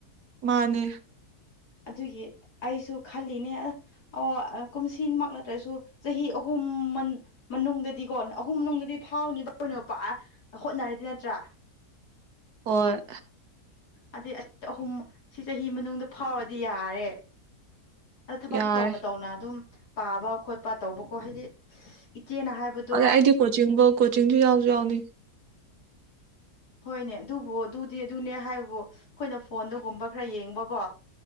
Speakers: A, on the right; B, on the left.
A: ꯃꯥꯅꯦ
B: ꯑꯗꯨꯒꯤ ꯑꯩꯁꯨ ꯈꯜꯂꯤꯅꯦ ꯑꯣ ꯀꯨꯝꯁꯤꯃꯛ ꯅꯗ꯭ꯔꯁꯨ ꯆꯍꯤ ꯑꯍꯨꯝ ꯃꯅꯨꯡꯗꯗꯤꯀꯣ ꯑꯍꯨꯝ ꯃꯅꯨꯡꯗꯗꯤ ꯐꯥꯎꯅꯤꯕ ꯀꯩꯅꯣ ꯄ ꯍꯣꯠꯅꯔꯗꯤ ꯅꯠꯇ꯭ꯔꯥ
A: ꯍꯣꯏ
B: ꯑꯗꯨꯗꯩ ꯑꯍꯨꯝ ꯁꯤ ꯆꯍꯤ ꯃꯅꯨꯡꯗ ꯐꯥꯎꯔꯗꯤ ꯌꯥꯔꯦ ꯑꯗ ꯊꯕꯛꯁꯨ
A: ꯌꯥꯔꯦ
B: ꯇꯧꯅ ꯇꯧꯅ ꯑꯗꯨꯝ ꯄꯥꯕ ꯈꯣꯠꯄ ꯇꯧꯕꯀꯣ ꯍꯥꯏꯗꯤ ꯆꯦꯅ ꯍꯥꯏꯕꯗꯣ
A: ꯑꯗꯩ ꯑꯩꯗꯤ ꯀꯣꯆꯤꯡꯕꯨ ꯀꯣꯆꯤꯡꯁꯨ ꯌꯥꯎꯁꯨ ꯌꯥꯎꯅꯤ
B: ꯍꯣꯏꯅꯦ ꯑꯗꯨꯕꯨ ꯑꯗꯨꯗꯤ ꯑꯗꯨꯅꯦ ꯍꯥꯏꯕꯣ ꯑꯩꯈꯣꯏꯅ ꯐꯣꯟꯗꯒꯨꯝꯕ ꯈꯔ ꯌꯦꯡꯕꯀꯣ